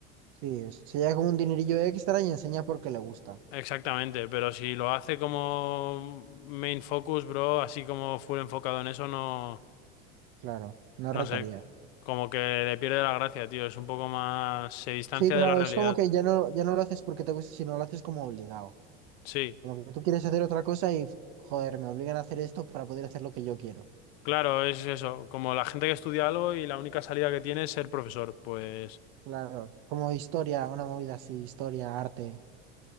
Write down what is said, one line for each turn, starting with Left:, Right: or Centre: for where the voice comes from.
Right: sí, se lleva como un dinerillo extra y enseña porque le gusta,
Left: Exactamente, pero si lo hace como main focus, bro, así como full enfocado en eso, no...
Right: claro, no
Left: No
Right: rentaría.
Left: sé, como que le pierde la gracia, tío. Es un poco más... Se distancia
Right: Sí, claro,
Left: de la realidad.
Right: es como que ya no, ya no lo haces porque te gusta, sino lo haces como obligado.
Left: Sí.
Right: Como que tú quieres hacer otra cosa y, joder, me obligan a hacer esto para poder hacer lo que yo quiero.
Left: Claro, es eso, como la gente que estudia algo y la única salida que tiene es ser profesor, pues
Right: Claro, como historia, una movida así, historia, arte,